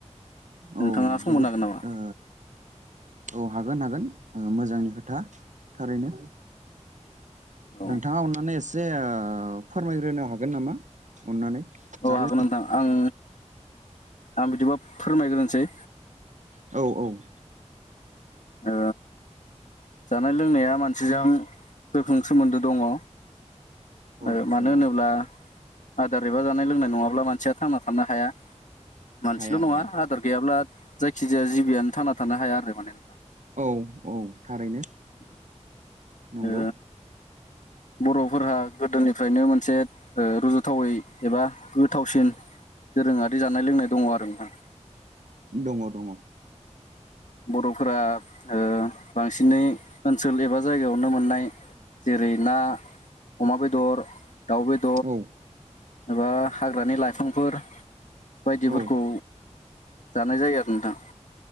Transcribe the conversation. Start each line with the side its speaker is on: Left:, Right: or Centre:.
Right: औ
Left: नोंथाङा सम
Right: जोबोद
Left: होनो हागोन नामा?
Right: ओ औ हागोन हागोन ओ मोजांनि खोथा। थारैनो
Left: औ
Right: नोंथाङा अननानै एसे जे ओ फोरमायग्रोनो हागोन नामा अननानै।
Left: औ
Right: जानाय
Left: हागोन नोंथां आं आं बिदिबा फोरमायग्रोनोसै।
Right: औ औ
Left: ओ जानाय लोंनाया मानसिजों गोख्रों सोमोन्दो दङ।
Right: औ
Left: ओ मानो
Right: दङ
Left: होनोब्ला आदार एबा जानाय लोंनाय नङाब्ला मानसिया थांना थानो हाया मानसिल'
Right: हाया हाया
Left: नङा आ दार गैयाब्ला जायखिजाया जिबियानो थांना थानो हाया आरो माने।
Right: औ औ थारैनो।
Left: <inaudible>
Right: नंगौ
Left: ओ बर'फोरहा गोदोनिफ्रायनो मोनसे ओ रज'थावै एबा गोथावसिन दोरोङारि जानाय लोंनाय दङ आरो नोंथां।
Right: दङ दङ।
Left: बर'फोरा ओ बांसिनै ओनसोल एबा जायगायावनो मोननाय जेरै ना अमा बेदर दाउ बेद
Right: औ
Left: एबा हाग्रानि लाइफांफोर बायदिफोरखौ
Right: औ
Left: जानाय जायो आरो नोंथां